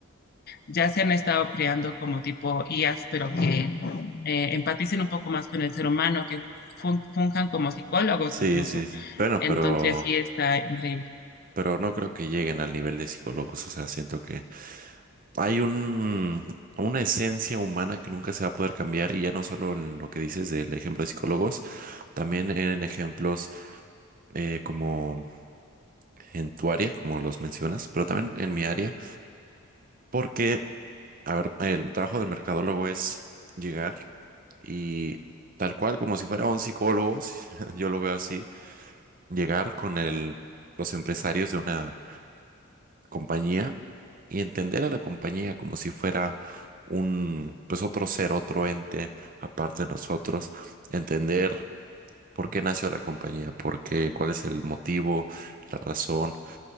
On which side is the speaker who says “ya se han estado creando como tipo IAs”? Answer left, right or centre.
Left